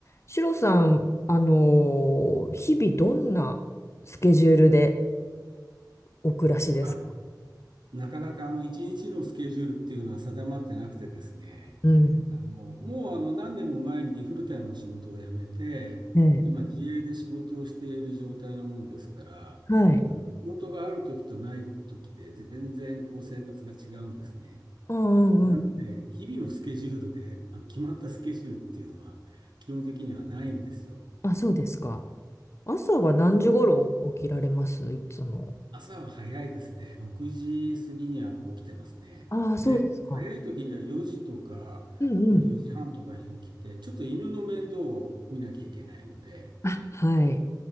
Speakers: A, on the left; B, on the right.
A: シロさん、あのー日々どんなスケジュールでお暮らしですか
B: あ、なかなかあの一日のスケジュールっていうのは定まってなくてですね、
A: うん。
B: あのもうあの何年も前にフルタイムの仕事を辞めて、
A: ね
B: 今自営で仕事をしている状態なもんですから、
A: え。はい。
B: あの仕事がある時とない時で全然こう生活が違うんですね。
A: あ、うんうん。
B: なので、日々のスケジュールであの決まったスケジュールっていうのは基本的にはないんですよ。
A: あ、そうですか。朝は何時頃起きられますいつも。
B: 朝は早いですね。6時過ぎにはもう起きてますね。
A: ああ、そうですか。
B: で、早い時には4時とかえー4時半とかに起きて、
A: うんうん。
B: ちょっと犬の面倒を見なきゃいけないので、
A: あ、はい。